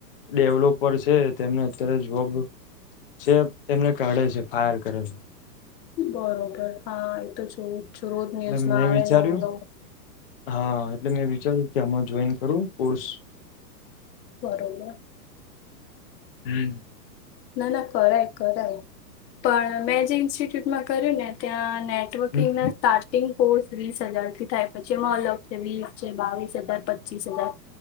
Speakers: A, on the left (about 40°); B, on the left (about 85°).
A: ડેવલોપર છે તેમને અત્યારે જોબ. <unintelligible> તેમને કાઢે છે ફાયર કરે છે.
B: બરોબર હા એ તો જો ન્યુઝમાં
A: એટલે મેં
B: આવે
A: વિચાર્યું
B: નવું નવું.
A: હા એટલે મેં વિચાર્યું કે આમાં જોઈન કરું કોર્સ
B: બરોબર.
A: હમ.
B: ના ના કરાય કરાય પણ મેં જે ઇન્સ્ટિટ્યુટમાં કર્યું ને ત્યાં નેટવર્કિંગ
A: ત્યાં
B: ના સ્ટાર્ટિંગ કોર્સ ત્રીસ હજાર થી થાય પછી એમાં અલગ છે વીસ છે બાવીસ હજાર પચીસ હજાર.